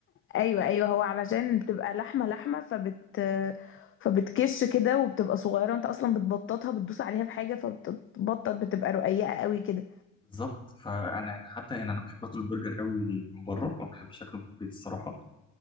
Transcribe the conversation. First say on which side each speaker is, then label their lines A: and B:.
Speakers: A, on the left (about 40°); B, on the left (about 15°).
A: ايوه ايوه هو علشان بتبقى لحمه لحمه فبت <laughs> فبتكش كده وبتبقى صغيره وانت اصلا بتبططها بتدوس عليها بحاجه فبتبطط بتبقى رقيقه قوي كده
B: بالظبط فانا حتى يعني انا بحب اكل البرجر قوي من بره ما بحبش اكله من البيت الصراحه